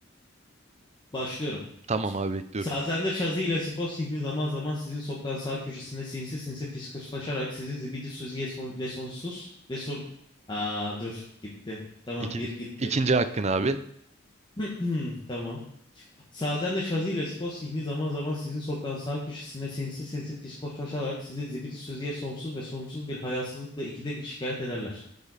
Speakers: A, on the left; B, on the right.
A: Başlıyorum.
B: Tamam abi bekliyorum.
A: Sazende Şazi ile Sifo Sihmi zaman zaman sizin sokağın sağ köşesinde sinsi sinsi fiskoslaşarak sizi zibidi suziye son- ve sonsuz ve son... Aa dur gitti. Tamam
B: İki,
A: bir gitti.
B: ikinci hakkın abi.
A: <clears throat> Tamam. Sazen de Şazi ile Zifos zihni zaman zaman sizin sokağın sağ köşesinde sinsi sinsi diskoşlaşarak sizi zibidi sözüye sonsuz ve sorumsuz bir hayasızlıkla ikide bir şikayet ederler.